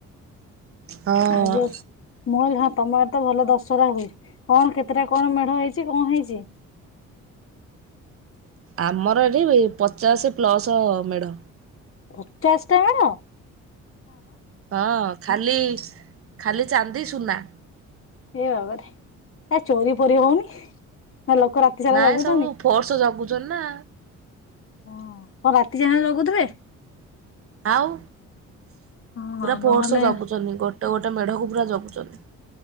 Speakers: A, on the right; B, on the left.
A: ହଁ
B: ଆଉ ଯୋଉ ମହଲ ତମର ତ ଭଲ ଦଶହରା ହୁଏ କଣ କେତେଟା କଣ ମେଢ ହେଇଛି କଣ ହେଇଛି।
A: ଆମର ଏଠି ପଚାଶ ପ୍ଲସ ମେଢ।
B: ପଚାଶ ଟା ମେଢ଼।
A: ହଁ ଖାଲି ଖାଲି ଚାନ୍ଦି ସୁନା।
B: ଏ ବାବାରେ ଆ ଚୋରି ଫୋରି ହଉନି। ନା ଲୋକ ରାତି ସାରା
A: ନାଇଁ
B: ଜଗୁଛନ୍ତି।
A: ସବୁ ଫୋର୍ସ ଜଗୁଛନ୍ତି ନା।
B: ହଁ କଣ ରାତି ଯା ଲଗୁଥିବେ।
A: ଆଉ
B: ହଁ
A: ପୁରା ପୋର୍ସ
B: ନହେଲେ
A: ଜବୁଛନ୍ତି ଗୋଟେ ଗୋଟେ ଗୋଟେ ମେଢ଼କୁ ପୁରା ଜଗୁଛନ୍ତି।